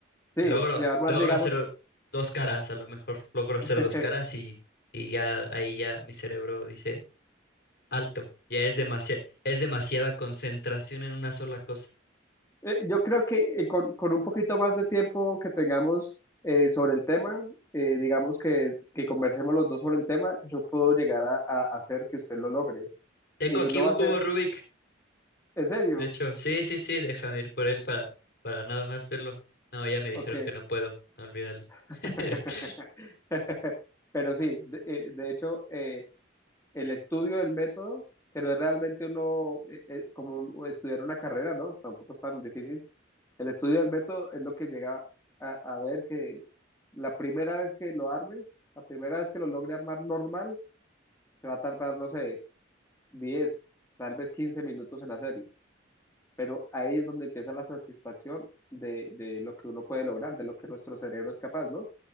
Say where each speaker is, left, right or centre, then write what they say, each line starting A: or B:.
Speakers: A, on the left; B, on the left.
A: Sí,
B: Logro,
A: se va a armar,
B: logro
A: digamos,
B: hacer dos caras, a lo mejor. Logro hacer
A: <laughs>
B: dos caras y, y ya ahí ya mi cerebro dice, alto, ya es demasiada, es demasiada concentración en una sola cosa.
A: Eh, yo creo que eh, con, con un poquito más de tiempo que tengamos eh, sobre el tema, eh, digamos que, que conversemos los dos sobre el tema, yo puedo llegar a, a hacer que usted lo logre.
B: Tengo
A: Y
B: aquí
A: no
B: un
A: va a
B: cubo
A: ser,
B: Rubik.
A: ¿en serio?
B: De hecho, sí, sí, sí, déjame ir por él para, para nada más verlo. No, ya me dijeron
A: Ok.
B: que no puedo, olvídalo.
A: <laughs>
B: <laughs>
A: Pero sí, de, eh, de hecho, eh, el estudio del método, que no es realmente uno, eh, eh, como un- estudiar una carrera, ¿no? Tampoco es tan difícil El estudio del método es lo que llega a, a ver que la primera vez que lo arme, la primera vez que lo logre armar normal, se va a tardar, no sé, 10 tal vez 15 minutos en hacerlo. Pero ahí es donde empieza la satisfacción de, de lo que uno puede lograr, de lo que nuestro cerebro es capaz, ¿no?